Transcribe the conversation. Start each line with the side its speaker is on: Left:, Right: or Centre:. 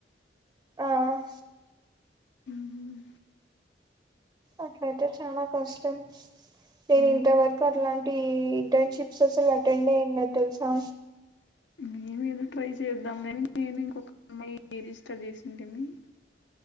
Right: ఆ అ
Left: హ్మ్
Right: అట్లైతే చానా కష్టం నేన్
Left: ఆ,
Right: ఇంతవరకు అట్లాంటి ఇంటర్న్షిప్స్ అసల్ అటెండ్ లేదు తెలుసా
Left: మేము ఏదో ట్రై చేద్దాం లే అని నేను ఇంకొక అమ్మాయి రిజిస్టర్ చేసింటిమి <inaudible>